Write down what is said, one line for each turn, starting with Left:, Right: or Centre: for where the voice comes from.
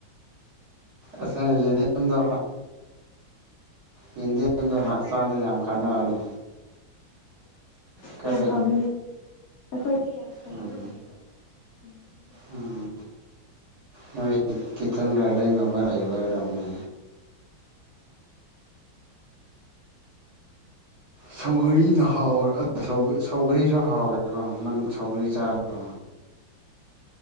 Right: ꯑꯠꯆꯥ ꯌꯦꯟꯗꯦꯝꯗꯣ ꯌꯦꯟꯗꯦꯝꯗꯣ
Left: ꯑꯩꯈꯣꯏꯗ
Right: ꯍꯛꯆꯥꯡꯗ ꯌꯥꯝ ꯀꯥꯟꯅꯕꯅꯦ ꯀꯔꯤ
Left: ꯑ ꯌꯥꯝ ꯐꯕꯅꯦ ꯑꯩꯈꯣꯏꯗ ꯌꯥꯝ ꯄꯩꯔꯒ
Right: ꯎꯝ
Left: ꯂꯩꯌꯦꯕ ꯌꯦ <inaudible>
Right: ꯎꯝ ꯅꯣꯏ ꯀꯤꯠꯆꯟ ꯒꯥꯔꯗꯦꯟꯒꯨꯝꯕ ꯂꯩꯕ ꯑꯣꯏꯔꯝꯅꯤ ꯁꯧꯒꯔꯤꯅ ꯍꯥꯎꯋꯦ ꯁꯧꯒꯔꯤꯁꯨ ꯍꯥꯎꯋꯦꯀꯣ ꯅꯪ ꯁꯧꯒꯔꯤ ꯆꯥꯔꯕꯣ
Left: <inaudible>